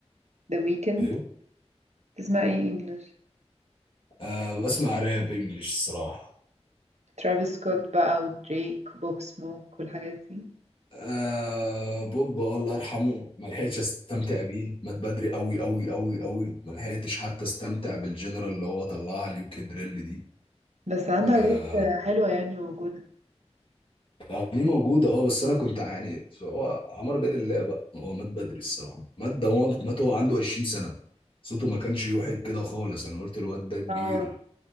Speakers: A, on the right; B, on the left.
A: ذا ويكند
B: ايه
A: بتسمع ايه انجلش
B: آه بسمع راب انجلش الصراحه
A: ترافيس سكوت بقى ودريك وبوب سموك والحاجات دي
B: آه بوب آه، الله يرحمه ما لحقتش استمتع بيه مات بدري قوي قوي قوي قوي ما لحقتش حتى استمتع بالجنرال اللي هو طلعها اليوكي دريل دي
A: بس عنده حاجات
B: آه،
A: آه، حلوة يعني موجودة
B: اغانيه موجوده اه بس انا كنت يعني هو عمرو بيد الله بقى هو مات بدري الصراحه مات ده هو مات وهو عنده 20 سنه صوته ما كانش يوحي بكده خالص انا قلت الواد ده كبير
A: اه